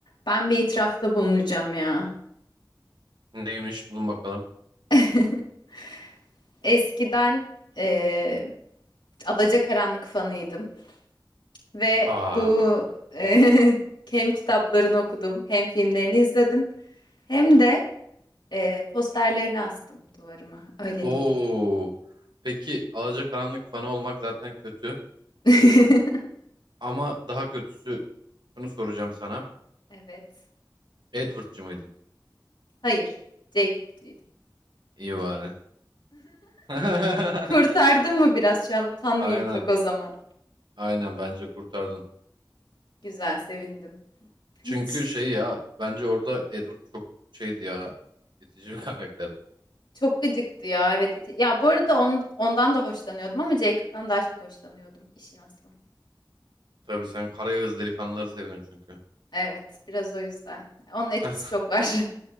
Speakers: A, on the left; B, on the right.
A: Ben bir itirafta bulunacağım ya.
B: Neymiş? Bulun bakalım.
A: <laughs> Eskiden eee Adacakaranlık fanıydım ve
B: Aa.
A: bu eee, <laughs> hem kitaplarını okudum, hem filmlerini izledim, hem de eee, posterlerini astım duvarıma.
B: <laughs>
A: Öyle
B: Oo.
A: diyeyim.
B: Peki Alacakaranlık fanı olmak zaten kötü.
A: <laughs>
B: Ama daha kötüsü şunu soracağım sana.
A: Evet.
B: Edward'cı mıydın?
A: Hayır. Jacob'cuydum.
B: İyi bari. <laughs>
A: Kurtardım mı biraz? Şu an utanmayayım
B: Aynen.
A: çok o zaman.
B: Aynen bence kurtardın.
A: Güzel, sevindim. Hiç
B: Çünkü şey ya bence orada Edward çok şeydi ya itici bir karakterdi.
A: çok gıcıktı ya. Evet. iti- Ya bu arada on- ondan da hoşlanıyordum ama Jacob'tan daha çok hoşlanıyordum işin aslı.
B: Tabii sen Karayağız delikanlıları seviyorsun çünkü.
A: Evet, biraz o yüzden. Onun etkisi
B: <laughs>
A: çok var.